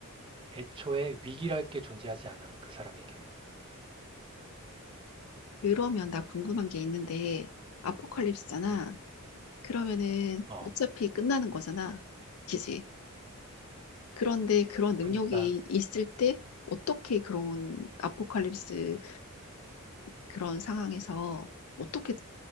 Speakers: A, on the right (about 25°); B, on the left (about 75°).
A: 애초에 위기랄 게 존재하지 않아, 그 사람에겐.
B: 그러면 나 궁금한 게 있는데, 아포칼립스잖아.
A: 음.
B: 그러면은
A: 어,
B: 어차피 끝나는 거잖아. 그지? 그런데 그런 능력이
A: 그러니까,
B: 있을 때 어떻게 그런 아포칼립스라는 그런 상황에서 어떻게,